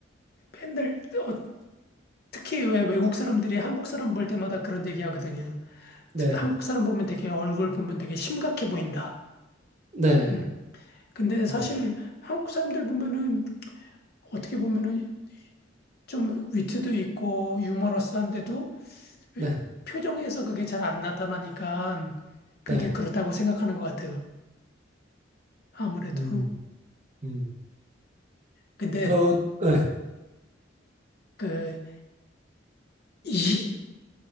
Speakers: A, on the left; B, on the right.
A: 맨날 어, 특히 왜 외국 사람들이 한국 사람 볼 때마다 그런 얘기 하거든요.
B: 네.
A: 트- 한국 사람 보면 되게 얼굴 보면 되게 심각해 보인다.
B: 네.
A: 음. 근데 사실
B: 음,
A: 한국 사람들 보면은 어떻게 보면은 좀 위트도 있고 유머러스한데도
B: 네.
A: 왜- 표정에서 그게 잘 안 나타나니까 그게
B: 네.
A: 그렇다고 생각하는 것 같아요. 아무래도.
B: 음. 음.
A: 근데
B: 저 네.
A: 그 이,